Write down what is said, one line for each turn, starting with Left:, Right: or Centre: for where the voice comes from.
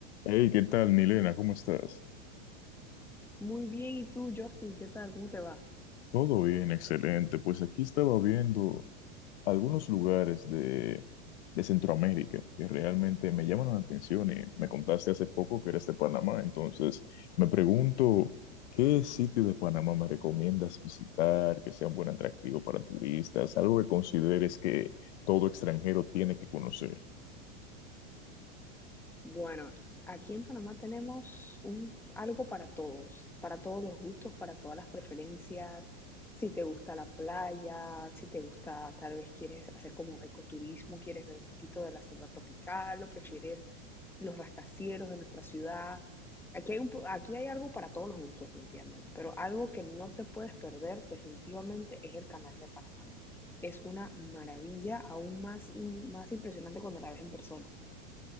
Left: Hey, ¿qué tal, Milena? ¿Cómo estás?
Centre: Muy bien, ¿y tú, Justin? ¿Qué tal? ¿Cómo te va?
Left: Todo bien, excelente. Pues aquí estaba viendo algunos lugares de, de Centroamérica que realmente me llaman la atención y me contaste hace poco que eres de Panamá, entonces me pregunto, ¿qué sitio de Panamá me recomiendas visitar que sea un buen atractivo para turistas? Algo que consideres que todo extranjero tiene que conocer.
Centre: Bueno, aquí en Panamá tenemos un, algo para todos, para todos los gustos, para todas las preferencias. Si te gusta la playa, si te gusta, tal vez quieres hacer como ecoturismo, quieres ver un poquito de la selva tropical o prefieres los rascacielos de nuestra ciudad. Aquí hay, un, aquí hay algo para todos los gustos, definitivamente, pero algo que no te puedes perder definitivamente es el canal de Panamá. ¿no? Es una maravilla aún más, in, más impresionante cuando la ves en persona.